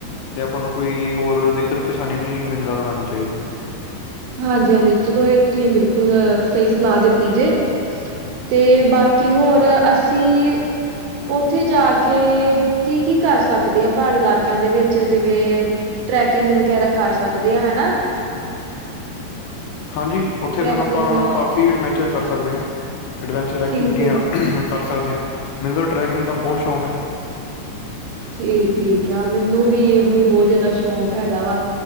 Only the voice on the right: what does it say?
ਹਾਂਜੀ- ਹਾਂਜੀ, ਚਲੋ ਇਹ ਤੁਸੀਂ ਬਿਲਕੁਲ ਸਹੀ ਸਲਾਹ ਦਿੱਤੀ ਜੇ। ਤੇ ਬਾਕੀ ਹੋਰ ਅਸੀਂ ਉਥੇ ਜਾ ਕੇ ਕੀ- ਕੀ ਕਰ ਸਕਦੇ ਆ। ਪਹਾੜੀ ਇਲਾਕਿਆਂ ਦੇ ਵਿੱਚ ਜਿਵੇਂ ਟਰੈਕਿੰਗ ਵਗੈਰਾ ਕਰ ਸਕਦੇ ਆ ਹਨਾ।
ਟਰੈਕਿੰਗ
ਠੀਕ-ਠੀਕ ਆ
ਠੀਕ - ਠੀਕ ਆ। ਮੈਨੂੰ ਵੀ ਇਹੋ ਹੀ ਬਹੁਤ ਜਿਆਦਾ ਸ਼ੌਕ ਹੈਗਾ ਵਾ।